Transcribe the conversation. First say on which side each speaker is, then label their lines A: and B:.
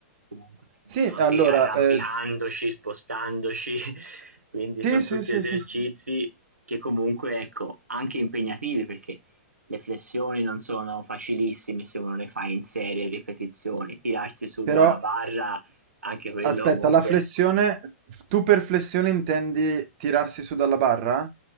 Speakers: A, on the right; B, on the right.
A: comunque siamo
B: Sì,
A: nati
B: allora,
A: arrampicandoci,
B: eh,
A: spostandoci, <laughs> quindi
B: sì,
A: son
B: sì,
A: tutti
B: sì,
A: esercizi
B: sì.
A: che comunque, ecco, anche impegnativi perché le flessioni non sono facilissime se uno le fa in serie ripetizioni, tirarsi su
B: Però
A: da una barra anche quello
B: Aspetta,
A: comunque
B: la flessione, tu per flessione intendi tirarsi su dalla barra?